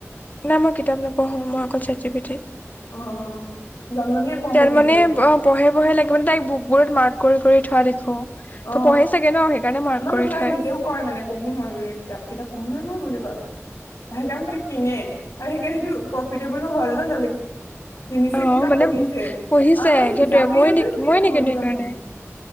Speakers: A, on the left (about 35°); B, on the left (about 85°).
A: নাই মই কিতাপ নপঢ়ো মই অকল চেত যিপিঠি
B: অ জানমণিয়ে পঢ়ে
A: তাৰ
B: কিন্তু
A: মানে অ, পঢ়ে বঢ়ে লাগিব মানে তাই বুকবোৰত মাৰ্ক কৰি-কৰি থোৱা দেখো।
B: অ,
A: ত পঢ়ে চাগে ন সেইকাৰণে মাৰ্ক
B: <unintelligible>
A: কৰি
B: তাই
A: থয়
B: নিজেও কয় মানে পঢ়ো মই বুলি কিতাপ-কিতাপ পঢ়ো নহয় মই বুলি কয় অ, সেইকাৰণে তাই কিনে আৰু সেইকাৰণে সেইটো প্ৰফিটেবলো হল ন' জল্দি কিনিছে
A: অ
B: কিতাপ
A: মানে
B: পঢ়িছে
A: পঢ়িছে
B: আৰে
A: সেইটোৱে
B: জাপি-
A: মই
B: জপিও
A: নে
B: মেলি থওঁ
A: নেকি
B: মই কিতাপ
A: সেইকাৰণে
B: খিনি। <inaudible>